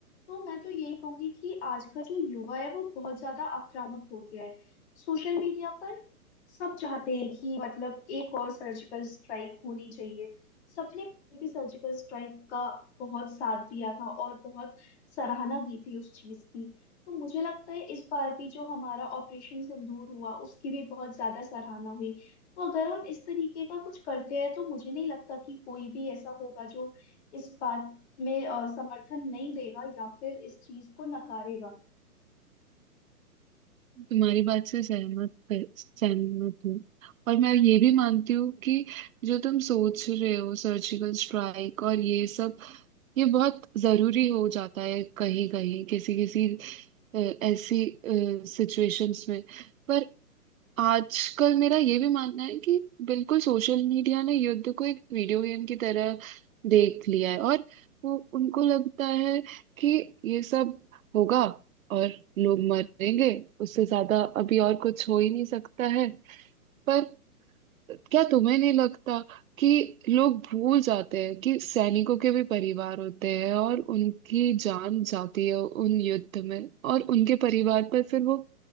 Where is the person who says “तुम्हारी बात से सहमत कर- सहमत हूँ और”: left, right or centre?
Right